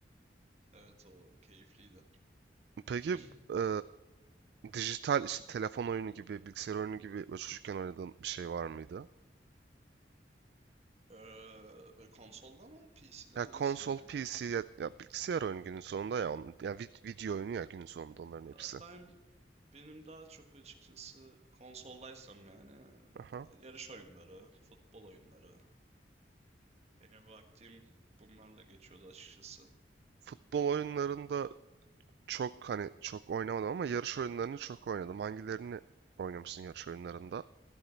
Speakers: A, on the right (about 35°); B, on the right (about 65°).
A: Evet o keyifliydi.
B: Peki
A: <clears throat>
B: e, dijital işte telefon oyunu gibi, bilgisayar oyunu gibi böyle çocukken oynadığın bir şey var mıydı?
A: Eee, böyle konsolda mı PC'de
B: Ya
A: mi
B: konsol,
A: nasıl yani?
B: PC ya, ya bilgisayar oyunu günün sonunda ya. onun- Ya vid- video oyunu ya günün sonunda onların
A: Aa,
B: hepsi.
A: Ben Benim daha çok açıkçası konsoldaysam yani e,
B: Aha.
A: yarış oyunları, futbol oyunları. Benim vaktim bunlarla geçiyordu açıkçası.
B: Futbol oyunlarında çok hani çok oynamadım ama yarış oyunlarını çok oynadım. Hangilerini oynamışsın yarış oyunlarında?